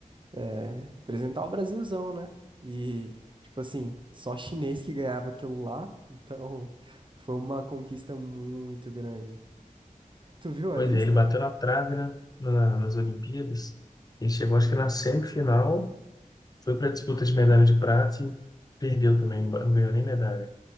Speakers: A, on the right; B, on the left.
A: é representar o Brasilzão, né? E, tipo assim, só chinês que ganhava aquilo lá. Então, <laughs> foi uma conquista muito grande. Tu viu a
B: Pois
A: lista?
B: é, ele bateu na trave, né? na- nas Olimpíadas. Ele chegou,
A: Uhum.
B: acho que na semifinal, foi para a disputa de medalha de prata e perdeu também, não ganhou nem medalha.